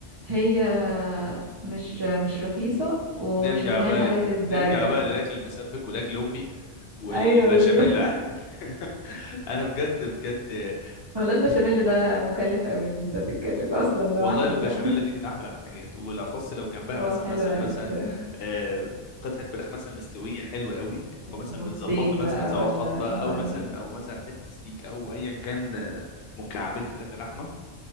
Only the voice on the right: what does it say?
هي مش مش رخيصة ومش
ان
هي الحاجات
الدارجة
ايوه بالظبط
هو لا البشاميل ده مكلف قوي اللي انت تتكلم اصلا لوحده
يعني
هو
حلو
قوي
بصراحة
بفتيك
بقى
ولا
بني